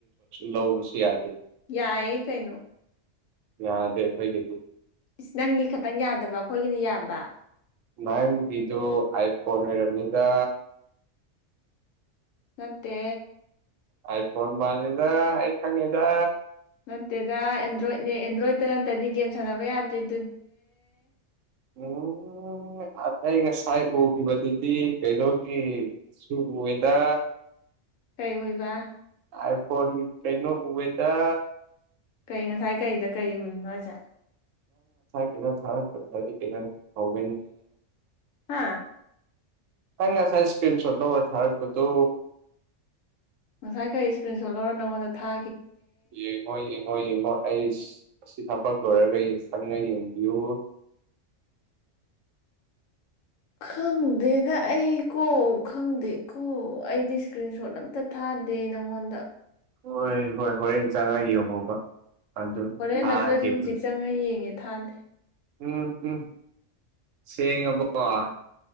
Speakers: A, on the right; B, on the left.
A: ꯂ ꯍꯨꯁꯤ ꯌꯥ
B: ꯌꯥꯑꯦ ꯀꯩꯅꯩꯅꯣ
A: ꯌꯥ ꯗꯦꯏꯒꯤꯗꯤ
B: ꯏꯁ ꯅꯪꯒꯤ ꯈꯇꯪ ꯌꯥꯗꯕ ꯑꯩꯈꯣꯏꯒꯤꯅ ꯌꯥꯕ
A: ꯃꯖꯣ ꯑꯥꯏ ꯐꯣꯟꯣꯟ ꯔꯃꯤꯗꯥ
B: ꯅꯠꯇꯦ
A: ꯑꯩꯥꯏ ꯐꯣꯟ ꯃꯥꯜꯂꯤꯗ ꯑꯩ ꯊꯅꯤꯗ
B: ꯅꯠꯇꯦꯗ ꯑꯦꯟꯗ꯭ꯔꯣꯏꯗꯅꯦ ꯑꯦꯟꯗ꯭ꯔꯣꯏꯗꯠꯇ ꯅꯠꯇꯗꯤ ꯒꯦꯝ ꯁꯥꯟꯅꯕ ꯌꯥꯗ꯭ꯔꯤ
A: ꯎꯝ ꯑꯩ ꯉꯁꯥꯏ ꯎꯈꯤꯕꯗꯨꯗꯤ ꯀꯩꯅꯣꯒꯤ ꯁꯋꯦꯗ
B: ꯀꯩ ꯑꯣꯏꯕ
A: ꯑꯥꯏꯐꯣꯟ ꯀꯩꯅꯣ ꯎꯕꯦꯗ
B: ꯀꯩ ꯉꯁꯥꯏ ꯀꯩꯗ ꯀꯩ ꯎꯔꯤꯅꯣ ꯍꯥꯏꯁꯦ
A: ꯀꯩꯅ ꯊ ꯀꯩꯅ ꯍꯧ
B: ꯍꯥꯥ
A: ꯍ ꯊꯥꯏ ꯏꯁꯀ꯭ꯔꯤꯟ ꯁꯣꯠ ꯅ ꯑꯣꯏ ꯊꯄꯠꯇꯣ
B: ꯉꯁꯥꯏ ꯈꯔ ꯏꯁꯀ꯭ꯔꯤꯟ ꯁꯣꯂꯔꯣ ꯅꯪꯉꯣꯟꯗ ꯊꯥ
A: ꯌꯦꯃꯣ ꯌꯦꯃꯣ ꯌꯦꯃꯣ ꯑꯁ ꯑꯁꯤ ꯊꯕꯛ ꯂꯣꯏꯔꯒ ꯆꯪꯉ ꯌꯦꯡꯕꯤꯌꯨ
B: ꯈꯪꯗꯦꯗ ꯑꯩ ꯀꯣ ꯈꯪꯗꯦꯀꯣ ꯑꯩꯗꯤ ꯏꯁꯀ꯭ꯔꯤꯟ ꯁꯣꯠ ꯑꯝꯇ ꯊꯥꯗꯦ ꯅꯪꯉꯣꯟꯗ
A: ꯍꯣꯏ ꯍꯣꯏ ꯍꯣꯔꯦꯟ ꯆꯉꯥꯏ ꯌꯦꯡꯉꯣꯕ ꯑꯗꯨ
B: ꯍꯣꯔꯦꯟ
A: ꯊꯥꯈꯤꯕꯅꯦ
B: ꯅꯠꯇ꯭ꯔꯁꯨ ꯍꯧꯖꯤꯛ ꯆꯪꯉꯒ ꯌꯦꯡꯉꯦ ꯊꯥꯗꯦ
A: ꯎꯝ ꯎꯝ ꯁꯉꯕ